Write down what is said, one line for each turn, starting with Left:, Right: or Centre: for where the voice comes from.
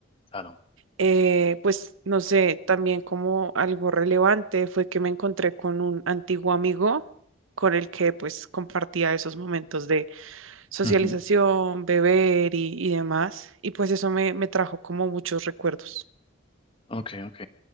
Left: claro.
Right: eh, pues no sé, también como algo relevante fue que me encontré con un antiguo amigo con el que pues compartía esos momentos de socialización,
Left: Ujú,
Right: beber y, y demás. Y pues eso me, me trajo como muchos recuerdos.
Left: Ok, ok.